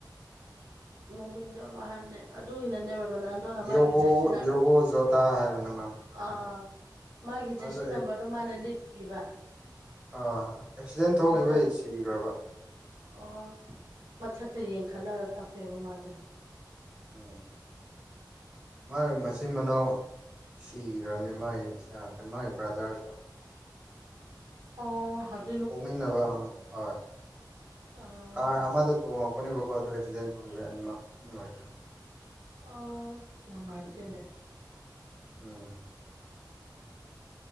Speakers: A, on the right; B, on the right.
A: ꯃꯃꯤꯡꯗ ꯑꯃ ꯍꯥꯏꯕ ꯑꯗꯨꯒꯤꯅꯅꯦꯕ ꯔꯣꯅꯥꯜꯗꯣꯅ
B: ꯗꯤꯌꯣꯒꯣ
A: ꯃꯥꯒꯤ ꯆꯠꯁꯤꯅ
B: ꯗꯤꯌꯣꯒꯣ ꯖꯣꯇꯥ ꯍꯥꯏꯕꯅꯦ ꯃꯥ
A: ꯑꯥ ꯃꯥꯒꯤ
B: ꯃꯥꯗꯣ
A: ꯖꯟꯁꯤ ꯅꯝꯕꯔꯗꯨꯣ ꯃꯥꯅ ꯂꯤꯠꯈꯤꯕ
B: ꯑꯥ ꯑꯦꯛꯁꯤꯗꯦꯟ ꯊꯣꯛꯈꯤꯕꯒꯤ
A: ꯃꯊꯛ
B: ꯁꯤꯈ꯭ꯔꯕ
A: ꯑꯣ ꯄꯣꯠꯊꯠꯇꯨ ꯌꯦꯡ ꯈꯠꯂꯒ ꯀꯥꯞꯄꯦꯕ ꯃꯥꯗꯣ
B: ꯎꯝ ꯃꯥꯥꯏ ꯃꯆꯤꯟ ꯃꯅꯥꯎ ꯁꯤꯈ꯭ꯔꯕꯅꯦ ꯃꯥꯒꯤ ꯏ ꯃꯥꯥꯏ ꯕ꯭ꯔꯥꯗꯔꯁꯀ
A: ꯑꯣ ꯍꯣꯏ
B: ꯄꯣꯛꯃꯤꯟꯅꯕ ꯑꯃꯥ ꯍꯣꯏ
A: ꯑꯥ
B: ꯀꯥꯔ ꯑꯃꯥꯗ ꯇꯣꯡꯉꯛꯄꯅꯦꯕꯀꯣ ꯑꯗꯨ ꯑꯦꯛꯁꯤꯗꯦꯟ ꯊꯣꯛꯈꯤꯕꯩ ꯑꯅꯤꯃꯛ ꯂꯣꯏ
A: ꯑꯥ ꯅꯨꯡꯉꯥꯏꯇꯦ
B: ꯎꯝ